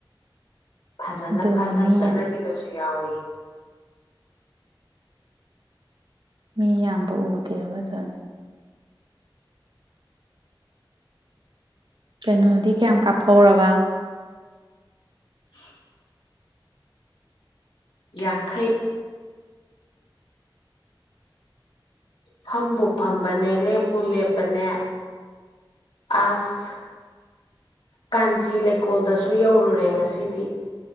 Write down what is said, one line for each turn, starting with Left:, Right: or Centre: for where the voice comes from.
Left: ꯐꯖꯅ
Right: ꯑꯗꯨꯅꯦ
Left: ꯐꯠ ꯐꯠ
Right: ꯃꯤ
Left: ꯆꯠꯅꯈꯤꯕꯁꯨ ꯌꯥꯎꯋꯤ
Right: ꯃꯤ ꯌꯥꯝꯕ ꯎꯗꯦꯕ ꯑꯗꯨꯅꯦ ꯀꯩꯅꯣꯗꯤ ꯀꯌꯥꯝ ꯀꯥꯞꯍꯧꯔꯕ
Left: ꯂꯨꯁ <inaudible> ꯌꯥꯡꯈꯩ ꯐꯕꯨ ꯐꯝꯕꯅꯦ ꯂꯦꯞꯄꯨ ꯂꯦꯞꯄꯅꯦ ꯑꯁ ꯀꯥꯟꯆꯤ ꯂꯩꯀꯣꯜꯗꯁꯨ ꯌꯧꯔꯨꯔꯦ ꯉꯁꯤꯗꯤ